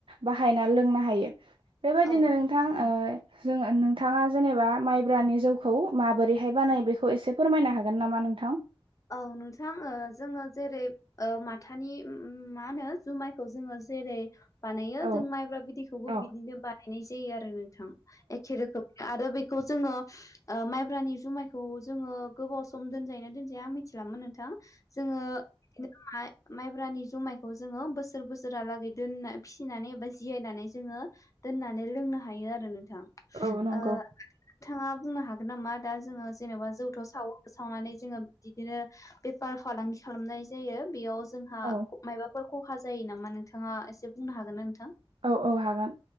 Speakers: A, on the right (about 70°); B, on the left (about 35°).
A: बाहायना लोंनो हायो बेबायदिनो
B: औ
A: नोंथां ओ जोङो नोंथाङा जेनेबा माइब्रानि जौखौ माबोरैहाय बानायो बेखौ एसे फोरमायनो हागोन नामा नोंथां
B: औ नोंथां ओ जोङो जेरै ओ माथानि अम अम मा होनो जुमायखौ जोङो जेरै बानायो
A: औ
B: जों माइब्रा बिदैखौबो
A: औ
B: बिदिनो बा नाय जायो आरो नोंथां एखे रोखोम आरो बेखौ जोङो ओ माइब्रानि जुमायखौ जोङो गोबाव सम दोनजायना दोन मिथिलामोन नोंथां जोङो बिदिनो माइब्रानि जुमायखौ जोङो बोसोर बोसोरहालागै दोनना फिसिनानै एबा जिरायनानै जोङो दोननानै लोंनो हायो आरो नों थां
A: औ नंगौ
B: ओ नोंथाङा बुंनो हागोन नामा दा जोङो जेनेबा जौथ' सावो सावनानै जोङो बिदिनो बेफार फालांगि खालामनाय जायो बेयाव जोंहा
A: औ
B: माबाफोर खहा जायो नामा नोंथाङा एसे बुंनो हागोन ना नोंथां
A: औ औ हागोन